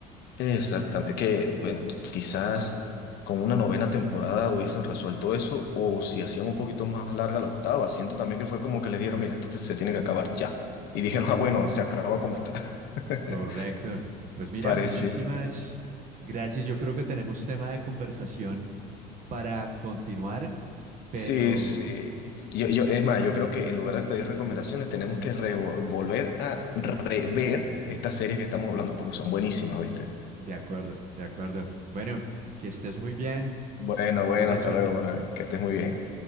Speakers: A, on the left (about 60°); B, on the right (about 45°).
A: Exactamente, que bueno, quizás con una novena temporada hubiesen resuelto eso o si hacían un poquito más larga la octava. Siento también que fue como que les dijeron, mira, esto te- se tiene que acabar ya. Y dijeron, ah, bueno, se acaba como está. <laughs>
B: Correcto. Pues mira,
A: Parece.
B: muchísimas gracias. Yo creo que tenemos tema de conversación para continuar, pero
A: Sí, sí. Yo, yo, es más, yo creo que en lugar de pedir recomendaciones, tenemos que revo- volver a rever estas series que estamos hablando porque son buenísimas, ¿viste?
B: de acuerdo, de acuerdo. Bueno, que estés muy bien.
A: Bueno, bueno,
B: Buena
A: hasta
B: suerte.
A: luego, Manuel. Que estés muy bien.